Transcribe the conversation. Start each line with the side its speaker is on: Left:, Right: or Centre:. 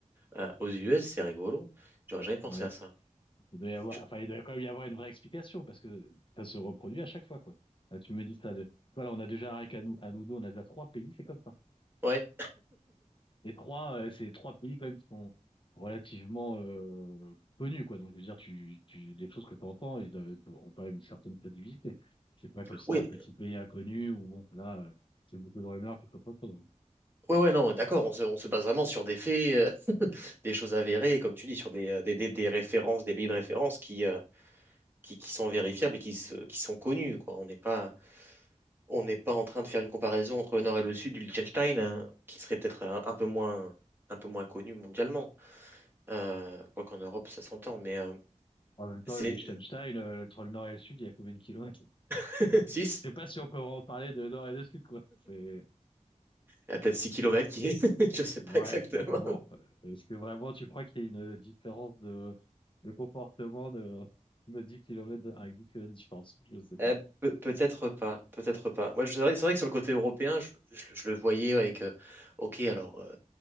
Right: euh, aux US, c'est rigolo. J'aurais jamais pensé
Left: ouais,
Right: à ça.
Left: il doit y avoir,
Right: Je-
Left: enfin il doit quand même y avoir une vraie explication parce que ça se reproduit à chaque fois quoi. Là, tu me dis ça de, toi là on a déjà rien qu'à nous à nous deux, on a déjà trois pays, c'est comme ça.
Right: Ouais,
Left: Les trois, euh, c'est trois pays quand même qui sont relativement euh, connus, quoi. Donc, je veux dire, tu, tu, les choses que tu entends, ils doivent, ont quand même une certaine crédibilité. C'est pas comme si c'était
Right: ouais,
Left: un petit pays inconnu où, bon, là, euh, c'est beaucoup de rumeurs plus qu'autre chose.
Right: ouais, ouais, non, d'accord, on se, on se base vraiment sur des faits, euh, <laughs> des choses avérées, et comme tu dis, sur des, euh, des, des- des références, des pays de référence qui, euh, qui, qui sont vérifiables et qui, se, qui sont connus, quoi. On n'est pas, on n'est pas en train de faire une comparaison entre le nord et le sud du Liechtenstein, hein, qui serait peut-être un, un peu moins, un peu moins connu mondialement. Euh, quoi qu'en Europe, ça s'entend, mais euh,
Left: En même temps,
Right: c'est
Left: le Liechtenstein, euh, entre le nord et le sud, il y a combien de kilomètres?
Right: <laughs> six,
Left: Je sais pas si on peut en parler de nord et de sud, quoi. C'est,
Right: Il y a peut-être 6 kilomètres, qui est... <laughs> Je sais pas
Left: ouais.
Right: exactement.
Left: Donc, euh, bon, euh, est-ce que vraiment tu crois qu'il y a une différence de, de comportement de, de 10 kilomètres avec 10 kilomètres de différence? Je sais pas.
Right: Euh, pe- peut-être pas, peut-être pas. Moi, je- c'est vrai, c'est vrai que sur le côté européen, je, je- je le voyais avec... euh, ok, alors, euh,